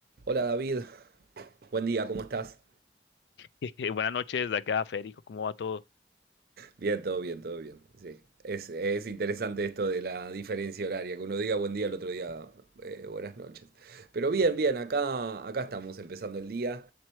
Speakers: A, on the right; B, on the left.
A: Hola David, buen día, ¿cómo estás?
B: <laughs> Buenas noches, de acá, Federico, ¿cómo va todo?
A: Bien, todo bien, todo bien, sí. Es, es interesante esto de la diferencia horaria, que uno diga buen día, el otro día eh, buenas noches. Pero bien, bien, acá, acá estamos empezando el día.